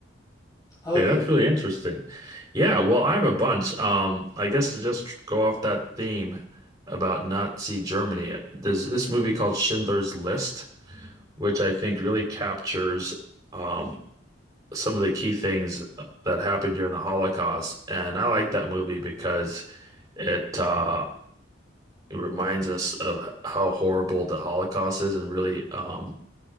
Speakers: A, on the left; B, on the right.
A: How about
B: Okay, that's
A: you?
B: really interesting. Yeah, well, I have a bunch. Um, I guess to just go off that theme about Nazi Germany, there's this movie called Schindler's List, which I think really captures um, some of the key things uh, that happened during the Holocaust. And I like that movie because it uh, it reminds us of how horrible the Holocaust is and really um,